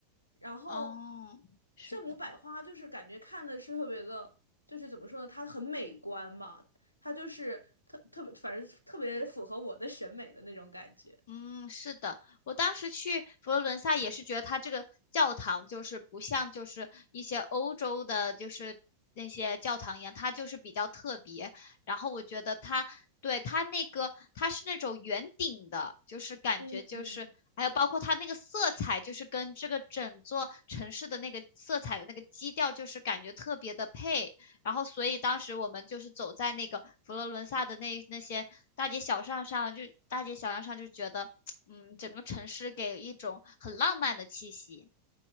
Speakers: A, on the left; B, on the left.
A: 然后
B: 哦，是的。
A: 圣母百花就是感觉看的是特别的，就是怎么说呢，它很美观嘛，它就是特特别，反正特别符合我的审美的那种感觉。
B: 嗯，是的，我当时去佛罗伦萨也是觉得它这个教堂就是不像就是一些欧洲的，就是那些教堂一样，它就是比较特别。然后我觉得它对它那个它是那种圆顶的，就是感觉就是还有包括它那个色彩，
A: 嗯嗯，
B: 就是跟这个整座城市的那个色彩的那个基调，就是感觉特别的配。然后，所以当时我们就是走在那个佛罗伦萨的那那些大街小巷上，就大街小巷上就觉得，嗯，整个城市给一种很浪漫的气息。